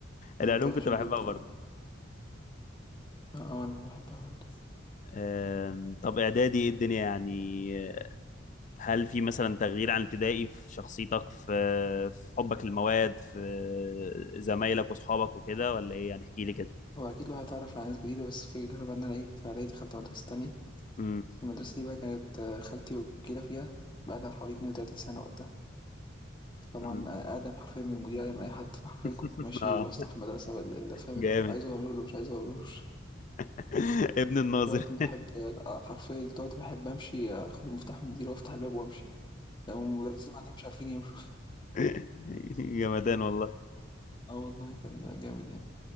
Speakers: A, on the left; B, on the left.
A: العلوم
B: مادة وحشة
A: كنت بحبها
B: جدا
A: برضه
B: اه آه، انا بحبها برضه
A: آم، طب اعدادي ايه الدنيا يعني آه، هل في مثلا تغيير عن ابتدائي في شخصيتك في في حبك للمواد في زمايلك واصحابك وكده ولا ايه يعني احكي لي كده
B: هو اكيد الواحد اتعرف على ناس جديدة بس الفكرة بقى ان انا ايه في اعدادي دخلت مدرسة تانية
A: امم
B: المدرسة دي بقى كانت آه، خالتي وكيلة فيها بقى لها حوالي 32 سنة وقتها طبعا
A: أمم.
B: آه، اقدم حرفيا من المدير اقدم من اي حد فحرفيا
A: <laughs>
B: كنت ماشي
A: اه
B: واسطة في المدرسة بال- اللي اللي فاهم
A: جامد
B: انت اللي عايزه اعمله اللي مش عايزه اعملوش
A: <laughs> ابن الناظر
B: وقت ما احب آه، حرفيا كنت وقت ما احب امشي آه، اخد المفتاح من المدير وافتح الباب وامشي لو المدرسين قاعدين مش عارفين يمشوا
A: <laughs> جمدان والله
B: اه والله كان جامد يعني